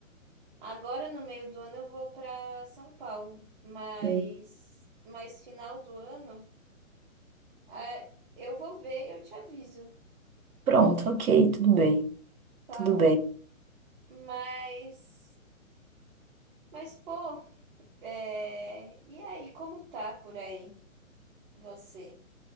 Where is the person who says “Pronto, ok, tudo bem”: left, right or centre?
Right